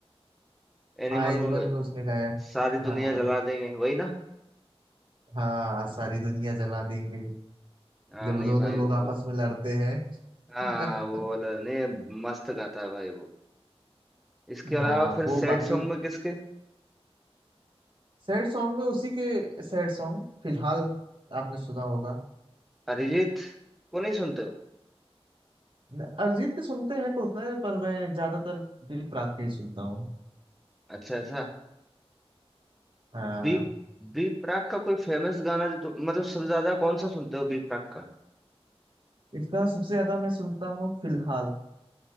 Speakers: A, in the centre; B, on the right.
A: एनिमल
B: हाँ एनिमल
A: में
B: में उसने गाया
A: सारी
B: हाँ
A: दुनिया जला देंगे वही ना
B: हाँ सारी दुनिया जला देंगे
A: हाँ
B: जब
A: नहीं
B: वो दोनों
A: भाई
B: लोग
A: वो
B: आपस में लड़ते हैं
A: हाँ हाँ, वो
B: <laughs>
A: वाला नहीं मस्त गाता है भाई वो इसके अलावा
B: हाँ
A: फिर
B: वो
A: सैड
B: बाकी
A: सॉन्ग में किसके
B: सैड सॉन्ग में उसी के सैड सॉन्ग फिलहाल आपने सुना होगा
A: अरिजीत को नहीं सुनते हो
B: न- अरिजीत के सुनते हैं तो उतने पर मैं ज्यादातर दिल प्राग के ही सुनता हूँ
A: अच्छा ऐसा
B: हाँ
A: बी बी प्राक का कोई फेमस गाना जो तुम- मतलब सबसे ज्यादा कौन सा सुनते हो बी प्राक का
B: इसका सबसे ज्यादा मैं सुनता हूँ फिलहाल